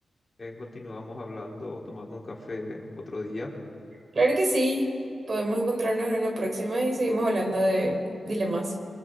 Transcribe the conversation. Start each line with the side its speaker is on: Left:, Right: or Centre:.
Left: eh, continuamos hablando, tomando un café otro día?
Right: Claro que sí, podemos encontrarnos en una próxima y seguimos hablando de dilemas.